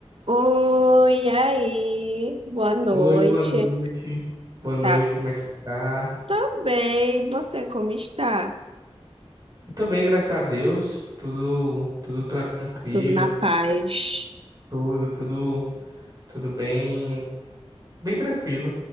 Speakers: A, on the right; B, on the right.
A: Oi, aí, boa noite.
B: Oi, boa noite. Boa noite,
A: Tá,
B: como é que você tá?
A: tô bem. Você como está?
B: Eu tô bem, graças a Deus. Tudo, tudo tranquilo,
A: Tudo na paz?
B: tudo, tudo, tudo bem, bem tranquilo.